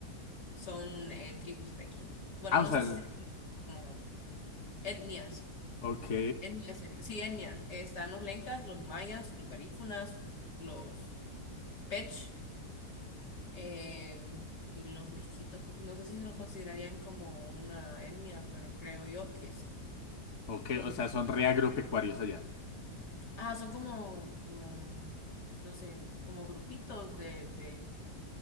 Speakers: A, on the left; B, on the left.
A: Son eh, tribus de aquí. Bueno,
B: Ah,
A: no
B: o sea,
A: sé
B: el-
A: si se- como Etnias,
B: ok,
A: etnias sería. Sí, etnias. Eh, Están los lencas, los mayas, los garífunas, los pech eh, y los misquitos. No sé si se los considerarían como una etnia, pero creo yo que sí.
B: ok.
A: Los
B: O
A: misquitos.
B: sea, son re
A: también.
B: agropecuarios allá.
A: Ah, son como, como, no sé, como grupitos de, de,